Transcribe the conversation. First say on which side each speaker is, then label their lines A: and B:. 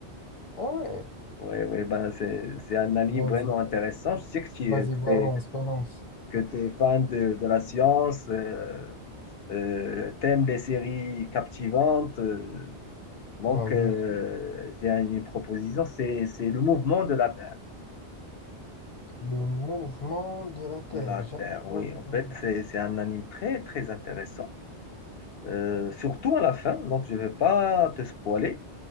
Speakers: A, on the left; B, on the left.
A: Ah ouais,
B: Ouais, ouais, ben, c'est, c'est un anime
A: vas-y,
B: vraiment intéressant. Je sais que tu
A: vas-y, balance,
B: es
A: balance.
B: que tu es fan de, de la science, euh, euh, t'aimes les séries captivantes. euh, donc,
A: Ah, bien
B: euh,
A: sûr.
B: j'ai une proposition, c'est, c'est le mouvement de la Terre.
A: Le mouvement de la Terre,
B: De la
A: jamais
B: Terre,
A: entendu
B: oui. En fait,
A: parler.
B: c'est, c'est un anime très, très intéressant. Euh, surtout à la fin, donc je ne vais pas te spoiler,